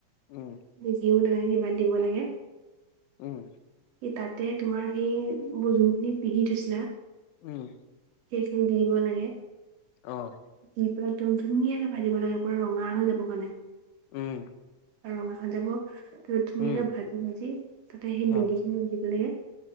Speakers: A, on the left (about 85°); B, on the right (about 75°).
A: উম
B: <unintelligible> বান্ধিব লাগে।
A: উম।
B: ত' তাতে তোমাৰ সেই, ব' যোনখিনি পিহি থৈছিলা-
A: উম।
B: সেইখিনি দি দিব লাগে।
A: অহ।
B: দি পুৰা একদম ধুনীয়া ভাজিব লাগে পুৰা ৰঙা হৈ যাব গ'লে।
A: উম।
B: আৰু, <unintelligible> ধুনীয়াকে
A: উম
B: ভাজি ভাজি, তাতে সেই মেগীখিনি
A: অ
B: দিব লাগে।